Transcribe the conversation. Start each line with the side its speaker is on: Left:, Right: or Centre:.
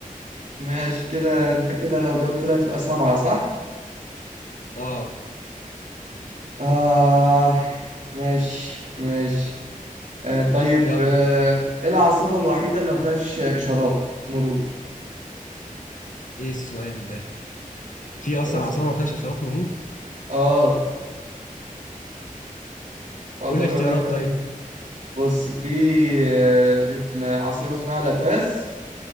Right: ماشي كده انت كده لو جاوبت ده تبقى سبعة صح؟
Left: اه
Right: آه ماشي ماشي آه طيب
Left: يلا
Right: آه ايه العاصمة الوحيدة اللي ما فيهاش إشارات مرور؟
Left: ايه السؤال ده في اصلا
Right: ده سؤال.
Left: عاصمه ما فيهاش اشارات مرور
Right: اه اقدر
Left: قول لي اختيارات
Right: اقول لك ثانية
Left: طيب
Right: بص في آه عاصمة اسمها لاباز